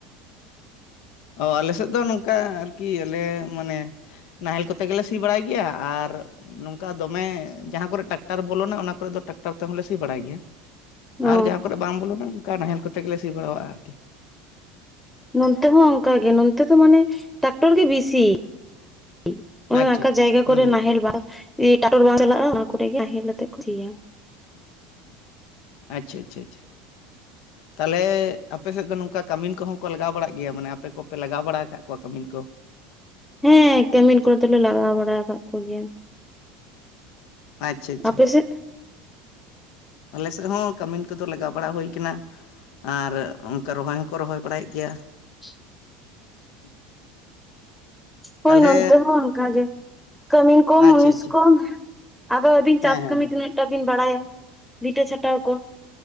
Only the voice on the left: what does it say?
ᱚ ᱟᱞᱮ ᱥᱮᱫ ᱫᱚ ᱱᱚᱝᱠᱟ ᱟᱨᱠᱤ ᱟᱞᱮ ᱢᱟᱱᱮ ᱱᱟᱦᱮᱞ ᱠᱚᱛᱮ ᱜᱮᱞᱮ ᱥᱤ ᱵᱟᱲᱟᱭ ᱜᱮᱭᱟ ᱟᱨ ᱱᱚᱝᱠᱟ ᱫᱚᱢᱮ ᱡᱟᱦᱟᱸ ᱠᱚᱨᱮᱜ ᱴᱟᱠᱴᱟᱨ ᱵᱚᱞᱚᱱᱟ ᱚᱱᱟ ᱠᱚᱨᱮᱫ ᱫᱚ ᱴᱟᱠᱴᱟᱨ ᱛᱮᱦᱚᱸᱞᱮ ᱥᱤ ᱵᱟᱲᱟᱭ ᱜᱮᱭᱟ
ᱟᱨ ᱡᱟᱦᱟᱸ ᱠᱚᱨᱮᱜ ᱵᱟᱝ ᱵᱚᱞᱚᱱᱟ ᱚᱠᱟ ᱱᱟᱦᱮᱞ ᱠᱚᱛᱮᱜ ᱜᱮᱞᱮ ᱥᱤ ᱵᱟᱲᱟᱣᱟᱜ-ᱟ ᱟᱨᱠᱤ ᱾
ᱟᱪᱪᱷᱟ ᱟᱪᱪᱷᱟ
ᱦᱩᱸ
ᱦᱩᱸ
ᱟᱪᱷᱟ ᱟᱪᱷᱟ ᱟᱪᱷᱟ,
ᱛᱟᱦᱞᱮ ᱟᱯᱮ ᱥᱮᱫ ᱫᱚ ᱱᱚᱝᱠᱟ ᱠᱟᱹᱢᱤᱱ ᱠᱚᱦᱚᱸ ᱠᱚ ᱞᱟᱜᱟᱣ ᱵᱟᱲᱟᱜ ᱜᱮᱭᱟ ᱢᱟᱱᱮ ᱟᱯᱮ ᱠᱚᱯᱮ ᱞᱟᱜᱟᱣ ᱵᱟᱲᱟ ᱟᱠᱟᱫᱟ ᱠᱚᱣᱟ ᱠᱟᱢᱤᱱ ᱠᱚ?
ᱟᱪᱷᱟ ᱟᱪᱷᱟ
ᱟᱪᱷᱟ᱾ ᱟᱞᱮ ᱥᱮᱫ ᱦᱚᱸ ᱠᱟᱹᱢᱤᱱ ᱠᱚᱫᱚ ᱞᱟᱜᱟᱣ ᱵᱟᱲᱟ ᱦᱩᱭ ᱠᱟᱱᱟ ᱾ ᱟᱨ ᱚᱱᱠᱟ ᱨᱚᱦᱚᱭ ᱦᱚᱸᱠᱚ ᱨᱚᱦᱚᱭ ᱵᱟᱲᱟᱭᱮᱜ ᱜᱮᱭᱟ ᱾
<unintelligible>
ᱛᱟᱦᱚᱞᱮ
ᱟᱪᱪᱷᱟ
ᱟᱪᱪᱷᱟ
ᱦᱮᱸ
ᱦᱮᱸ